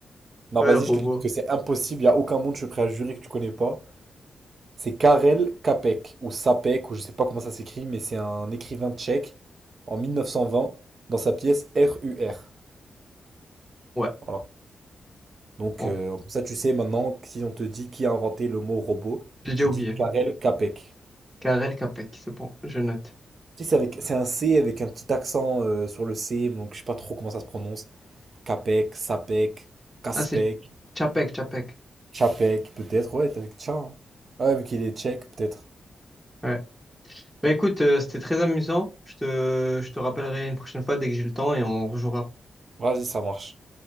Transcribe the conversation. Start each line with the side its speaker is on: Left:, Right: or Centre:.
Right: Non,
Centre: Ouais,
Right: vas-y,
Centre: robot.
Right: je te dis parce que c'est impossible, il a aucun monde, je suis prêt à jurer que tu connais pas. C'est Karel Čapek ou Sapek ou je sais pas comment ça s'écrit, mais c'est un écrivain tchèque en 1920 dans sa pièce RUR.
Centre: Ouais,
Right: Voilà. Donc
Centre: bon,
Right: euh, comme ça tu sais maintenant que si on te dit qui a inventé le mot robot,
Centre: j'ai déjà
Right: tu
Centre: oublié.
Right: dis Karel Čapek.
Centre: Karel Čapek, c'est bon, je note.
Right: Tu c'est avec c'est un C avec un petit accent euh, sur le C, donc je sais pas trop comment ça se prononce. Kapek, Sapek, Kaspek,
Centre: Ah, c'est Čapek, Čapek.
Right: Chapek peut-être. Ouais, c'est avec Tcha. hein. Ouais, vu qu'il est tchèque peut-être.
Centre: Ouais. Bah écoute, euh, c'était très amusant. Je te, je te rappellerai une prochaine fois dès que j'ai le temps et on rejouera.
Right: Vas-y, ça marche.